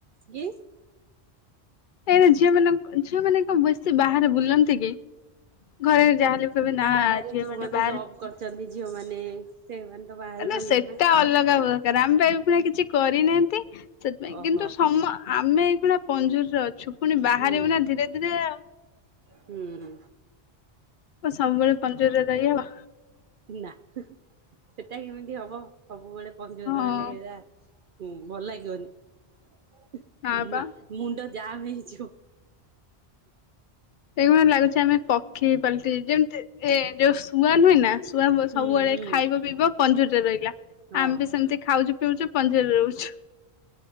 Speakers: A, on the right; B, on the left.
A: ଗି
B: ଏାଁ ଝିଅ ମାନଙ୍କ ଝିଅ ମାନେ କଣ ବେଶୀ ବାହାରେ ବୁଲନ୍ତି କି। ଘରେ ଯାହାହେଲେ କହିବେ ନା
A: ବାହାରେ
B: ଝିଅମାନେ
A: ଯୋଉମାନେ
B: ବାହାରେ
A: ଜବ୍ କରିଛନ୍ତି ଝିଅମାନେ ସେମାନେ ତ ବାହାରେ
B: ଏନା
A: ରହିବେ
B: ସେଟା
A: ନା।
B: ଅଲଗା ହ ରାମବାଇ ପୁଣି କିଛି କରିନାହାନ୍ତି। ସେଥିପାଇଁ
A: ଓହୋ
B: କିନ୍ତୁ ସମ ଆମେ ଏଇଖୁଣା ପଞ୍ଜୁର ରଜ ଶୁପୁଣି ବାହାରିବୁ
A: ହୁଁ
B: ନା ଧୀରେ ଧୀରେ ଆଉ
A: ହୁଁ।
B: ତ ସବୁବେଳେ ପଜୁରୀ ରେ ରହିହବ।
A: ନା। ଏଟା କେମିତି ହବ ସବୁବେଳେ ପଞ୍ଜୁରୀ
B: ହଁ
A: ରେ ରହଲେ ହେରା ହୁଁ ଭଲ ଲାଗିବନି।
B: ହଁ
A: ହୁଁ ହୁଁ
B: ପା।
A: ହା ମୁଣ୍ଡ ଯାହା ହେଇଛୁ-
B: ଏଇମିତି ଲାଗୁଛି ଆମେ ପ ଖି ପାଲଟି ଯେମିତି ଏ ଯୋଉ ଶୁଆ ନୁଏ ନା ଶୁଆ
A: ହୁଁ
B: ସବୁବେଳେ
A: ହୁଁ
B: ଖାଇବ ପିଇବ ପଞ୍ଜୁରରେ ରହଲା
A: ହଁ।
B: ଆମେ ଭି ସେମିତି ଖାଉଛୁ ରହୁଛୁ ପଞ୍ଜୁରୀରେ ରହୁଛୁ।